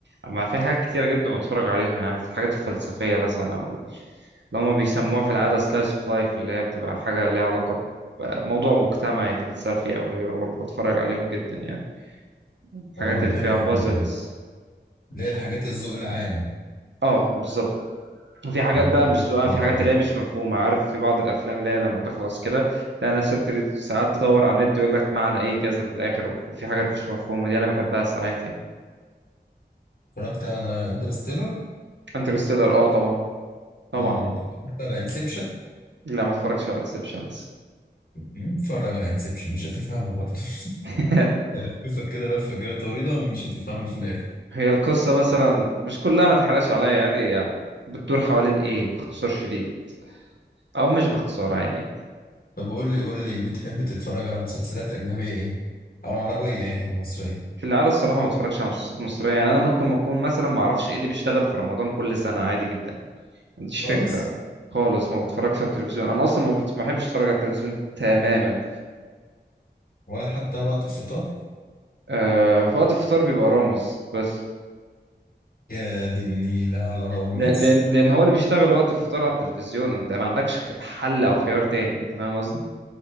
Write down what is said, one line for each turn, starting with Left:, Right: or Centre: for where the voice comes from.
Right: اما في حاجات كتيره جدا بتفرج عليها يعني في الحاجات الفلسفيه مثلا اللي هما بيسموها في العادة slice of life اللي هي بتبقى حاجة ليها علاقة بموضوع مجتمعي فلسفي أو غيره برضه بتفرج عليهم جدا يعني الحاجات
Left: اه انا
Right: اللي
Left: بحب
Right: فيها
Left: الحاجات
Right: بازلز
Left: دي أوي. اللي هي الحاجات الذوق العام
Right: اه بالظبط وفي حاجات
Left: يعني
Right: بقى
Left: بحب
Right: مش ذوقها
Left: الحاجات
Right: في حاجات
Left: دي أوي.
Right: اللي هي مش مفهومة عارف في بعض الأفلام اللي هي لما تخلص كده تلاقي ناس بتبتدي ساعات تدور على النت يقول لك معنى إيه كذا في الآخر وفي حاجات مش مفهومة دي أنا بحبها ساعات يعني
Left: اتفرجت على انترستيلر
Right: انترستيلر اه طبعا طبعا
Left: اتفرجت
Right: يعني.
Left: على انسبشن
Right: لا ما اتفرجتش على انسبشن لسه
Left: اتفرج على انسبشن مش هتفهمه برضه
Right: <laughs>
Left: <laughs> لفة كده لفة كده طويلة ومش هتفهمه في الآخر
Right: هي القصة مثلا مش كلها ما تحرقش عليا يعني يعني بتدور حوالين ايه باختصار شديد او مش باختصار عادي يعني
Left: طب قول لي قول لي بتحب تتفرج على مسلسلات أجنبية إيه؟ أو عربية يعني مصرية
Right: في العادة الصراحة ما بتفرجش على مسلسلات مصرية يعني انا ممكن ما اكون مثلا ما اعرفش ايه اللي بيشتغل في رمضان كل سنة عادي جدا يعني ما عنديش
Left: خالص
Right: فكرة خالص ما بتفرجش على التلفزيون انا اصلا ما بت- ما بحبش اتفرج على التلفزيون تماما
Left: ولا حتى وقت الفطار؟
Right: آه في وقت الفطار بيبقى رامز بس
Left: يا دي النيلة على رامز
Right: ل- لان لان هو اللي بيشتغل وقت الفطار على التلفزيون انت ما عندكش خ- حل او خيار تاني انت فاهم قصدي